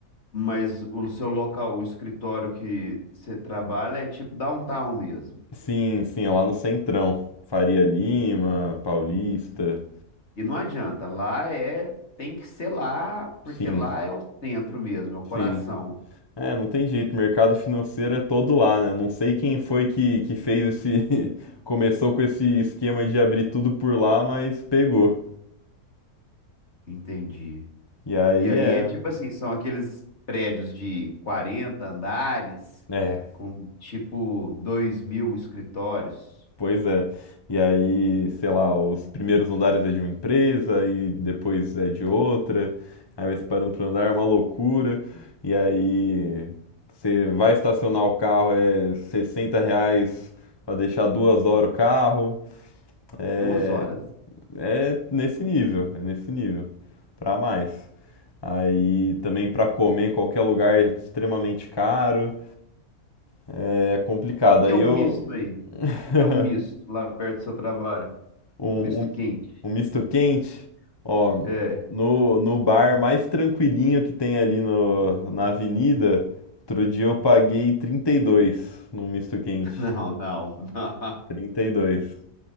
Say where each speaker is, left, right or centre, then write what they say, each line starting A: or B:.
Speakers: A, on the left (about 45°); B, on the left (about 20°).
A: Mas o seu local, o escritório que você trabalha é tipo downtown mesmo.
B: Sim, sim, é lá no Centrão. Faria Lima, Paulista.
A: E não adianta, lá é, tem que ser lá, porque
B: Sim,
A: lá é o centro mesmo, é o coração.
B: sim. É, não tem jeito, mercado financeiro é todo lá, né? Não sei quem foi que, que fez esse. <laughs> Começou com esse esquema de abrir tudo por lá, mas pegou.
A: Entendi.
B: E aí
A: E aí
B: é.
A: é tipo assim, são aqueles prédios de 40 andares
B: É,
A: com tipo dois mil escritórios.
B: pois é. E aí, sei lá, os primeiros andares é de uma empresa e depois é de outra. Aí vai separando por andar, é uma loucura. E aí você vai estacionar o carro, é 60 reais para deixar duas horas o carro. É,
A: Duas horas? O
B: É nesse nível, é nesse nível, pra mais. Aí também pra comer em qualquer lugar é extremamente caro, é é complicado.
A: que que
B: Aí
A: é um
B: eu
A: misto aí? O
B: <laughs>
A: que que é um misto lá perto do seu trabalho?
B: um,
A: Um misto
B: um,
A: quente?
B: um misto quente, ó,
A: É.
B: no, no bar mais tranquilinho que tem ali no, na avenida, outro dia eu paguei 32 num misto quente.
A: <laughs> Não, não, não.
B: trinta E dois